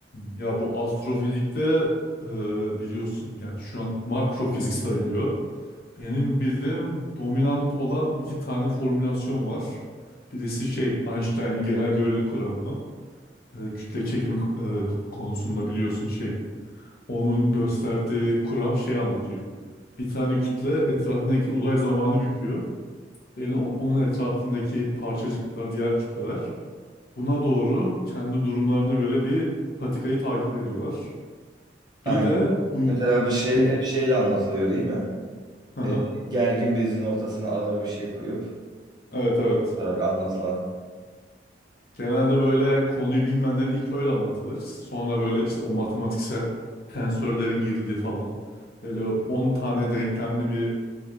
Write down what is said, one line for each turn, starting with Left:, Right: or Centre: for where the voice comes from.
Left: Ya bu astrofizikte e, biliyorsun yani şu an makrofizik sayılıyor. Benim bildiğim dominant olan iki tane formülasyon var. Birisi şey Einstein'in genel görelilik kuramı. E, kütle çekimi e, konusunda biliyorsun şey. Onun gösterdiği kuram şey anlatıyor. Bir tane kütle etrafındaki uzay zamanı büküyor. Benim o- onun etrafındaki parçacıklar, diğer kütleler Buna doğru kendi durumlarına göre bir patikayı takip ediyorlar.
Right: Aynen.
Left: Bir de buy
Right: Mesela bu şey
Left: buy.
Right: hep şeyle anlatılıyor değil mi?
Left: Haha.
Right: E, gergin bezin ortasına ağır bir şey koyup
Left: Evet evet.
Right: atarak anlatılan.
Left: Genelde böyle konuyu bilmeyenlere ilk öyle anlatılır. Sonra böyle işte o matematiksel tensörlerin girdiği falan. Böyle 10 tane denklemli bir